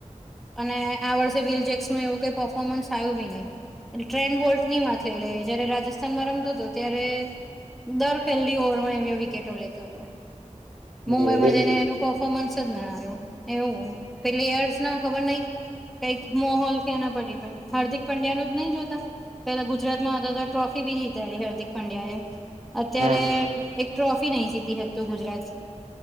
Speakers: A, in the centre; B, on the right.
A: અને આ વર્ષે વિલ જેક્સ ન એવું કઈ પર્ફોર્મન્સ આવ્યું ભી નહી. ટ્રેન બોલ્ટ ની વાત લઈ લે જયારે રાજસ્થાનમાં રમતો હતો ત્યારે. દર પહેલી ઓવર માં અ વિકેટો લેતો હતો. મુંબઈમાં
B: જી બિલકુલ
A: જઈને એનું પર્ફોર્મન્સ જ ના આવ્યો એવું પ્લેયર્સ ના ખબર નહ. કઈક મોહોલ ક ના ડિપેડ પણ હાર્દિક પંડ્યા ન જ નહી જોતા. પેલા ગુજરાત માંદ અદ ટ્રોફી જીતારી હાર્દિક પંડ્યા એ. અત્યારે
B: હા
A: એક ટ્રોફી નહી જીતી હકતો ગુજરાત.